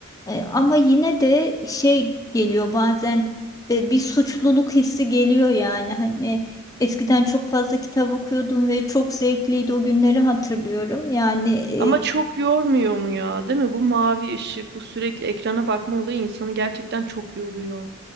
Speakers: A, on the left; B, on the right.
A: E, ama yine de şey geliyor bazen e, bir suçluluk hissi geliyor yani hani eskiden çok fazla kitap okuyordum ve çok zevkliydi o günleri hatırlıyorum. Yani
B: Ama
A: e,
B: çok yormuyor mu ya, değil mi? Bu mavi ışık, bu sürekli ekrana bakma olayı insanı gerçekten çok yoruyor.